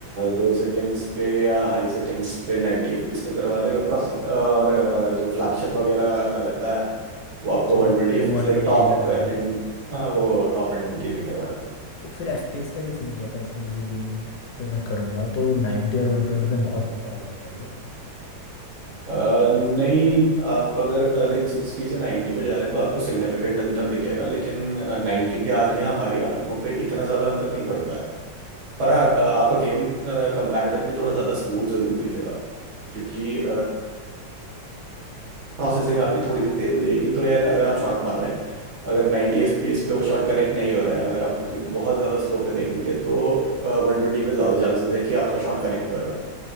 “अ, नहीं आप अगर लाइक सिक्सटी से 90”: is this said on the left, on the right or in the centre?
Right